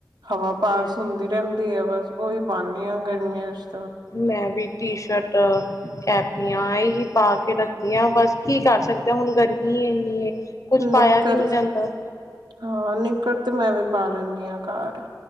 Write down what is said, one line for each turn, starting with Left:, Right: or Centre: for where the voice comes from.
Right: ਹਵਾ ਪਾਸ
Left: ਮੈਂ ਵੀ
Right: ਹੁੰਦੀ ਰਹਿੰਦੀ ਹੈ, ਬਸ। ਉਹੀ ਪਾਉਂਦੀ ਹਾਂ, ਗਰਮੀਆਂ ਚ
Left: ਮੈਂ ਵੀ ਟੀ - ਸ਼ਰਟ, ਕੈਪਰੀਆਂ, ਇਹੀ ਪਾ ਕੇ ਰੱਖਦੀ ਹਾਂ ਬਸ ਕੀ ਕਰ ਸਕਦੇ ਹਾਂ। ਹੁਣ ਗਰਮੀ ਇੰਨੀ ਕੁਛ ਪਾਇਆ
Right: ਨਿੱਕਰ
Left: ਵੀ ਨਹੀਂ ਜਾਂਦਾ।
Right: ਹਾਂ ਨਿੱਕਰ ਤੇ ਮੈਂ ਵੀ ਪਾ ਲੈਂਦੀ ਹਾਂ, ਘਰ।